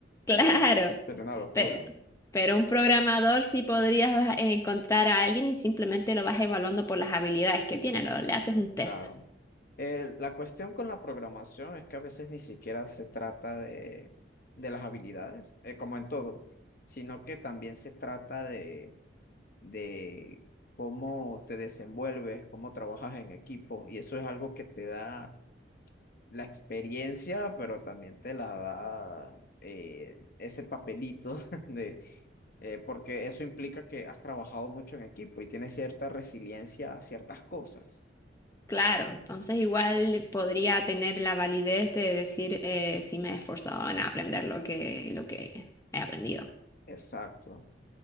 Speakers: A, on the left; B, on the left.
A: Claro,
B: Eh, sería una locura.
A: pero, pero un programador sí podrías eh, encontrar a alguien y simplemente lo vas evaluando por las habilidades que tiene, lo- le haces un test.
B: Claro. El- la cuestión con la programación es que a veces ni siquiera se trata de, de las habilidades, eh, como en todo, sino que también se trata de, de cómo te desenvuelves, cómo trabajas en equipo, y eso es algo que te da la experiencia, pero también te la da eh, ese papelito <laughs> de, eh, porque eso implica que has trabajado mucho en equipo y tienes cierta resiliencia a ciertas cosas.
A: Claro, entonces igual podría tener la validez de decir eh, si me he esforzado en aprender lo que, lo que he aprendido.
B: Exacto.